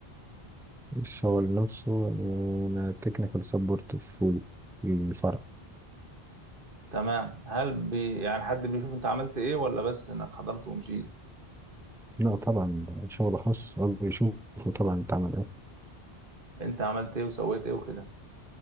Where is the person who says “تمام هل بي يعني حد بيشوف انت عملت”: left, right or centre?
Right